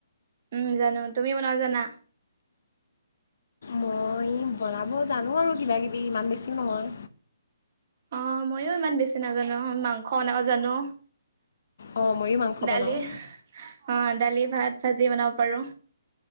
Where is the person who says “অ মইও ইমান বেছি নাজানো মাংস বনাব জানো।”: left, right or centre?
Right